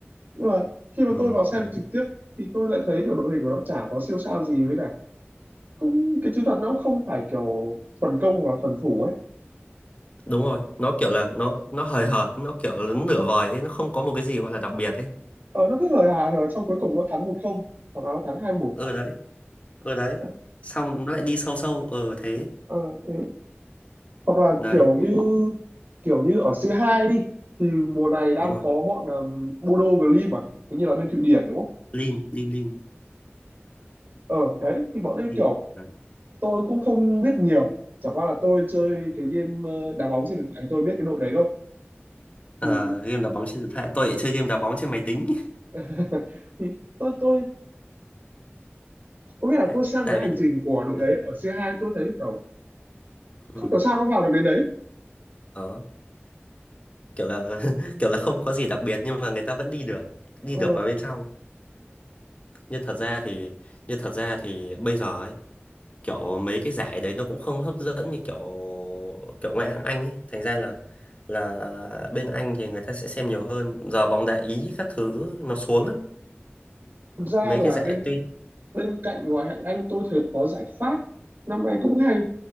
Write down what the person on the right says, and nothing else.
nhưng mà khi mà
tôi vào xem
trực tiếp thì tôi lại thấy kiểu đội hình của nó chả có siêu sao gì với cả cũng cái chiến thuật nó cũng không phải kiểu thuần công và thuần thủ ấy
ờ, nó cứ hời hà hời trong cuối cùng nó thắng một không hoặc là nó thắng hai một
ờ,
ờ, thế hoặc là
kiểu như kiểu như ở C2 đi thì mùa này đang
có bọn um, Bodo Glimt mà hình như là bên Thụy Điển đúng không
ờ đấy thì bọn ấy
kiểu
tôi cũng không biết nhiều chẳng qua là tôi chơi cái game ờ, đá bóng trên điện thoại tôi biết cái đội đấy đâu thì,
<laughs> thì tôi tôi
có nghĩa là
tôi sang
cái
hành trình của đội
đấy ở C2 tôi thấy kiểu
không hiểu sao nó vào được đến đấy
Ờ,
Thật ra
là
bên
bên cạnh ngoại hạng Anh tôi thấy có giải Pháp năm nay cũng hay